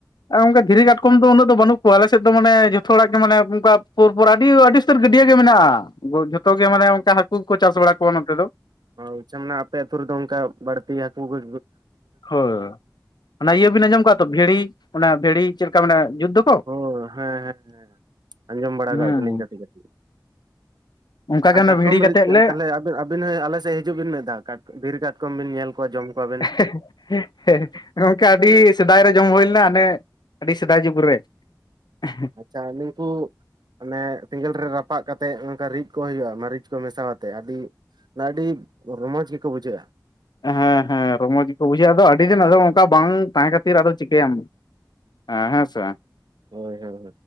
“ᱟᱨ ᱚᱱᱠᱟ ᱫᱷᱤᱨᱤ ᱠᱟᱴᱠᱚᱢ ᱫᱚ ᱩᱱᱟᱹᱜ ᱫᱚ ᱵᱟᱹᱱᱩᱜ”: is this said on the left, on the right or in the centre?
Left